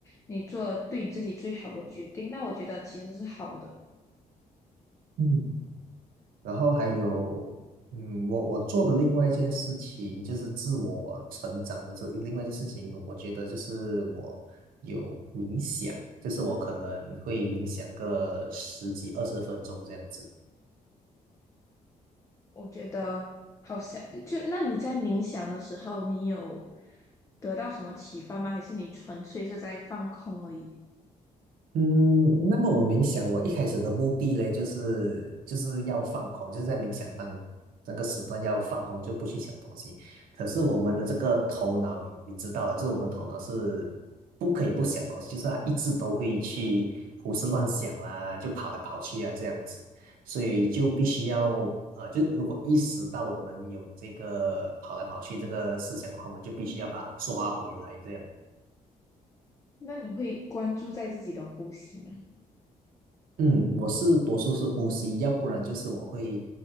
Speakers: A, on the left; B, on the right.
A: 你做对你自己最好的决定，那我觉得其实是好的。
B: 嗯，然后还有，嗯，我我做的另外一件事情就是自我成长的这另外一件事情，我觉得就是我有冥想，就是我可能会冥想个十几二十分钟这样子。
A: 我觉得好像就那你在冥想的时候，你有得到什么启发吗？还是你纯粹是在放空而已？
B: 嗯，那么我冥想，我一开始的目的呢，就是就是要放空，就是在冥想当那个时段要放空，就不去想东西。可是我们的这个头脑，你你知道的，就是我们头脑是不可以不想东西，就是它一直都会去胡思乱想啦，就跑来跑去啊这样子，所以就必须要呃，就如果意识到我们有这个跑来跑去这个思想的话，我们就必须要把它抓回来这样。
A: 那你会关注在自己的呼吸吗？
B: 嗯，我是多数是呼吸，要不然就是我会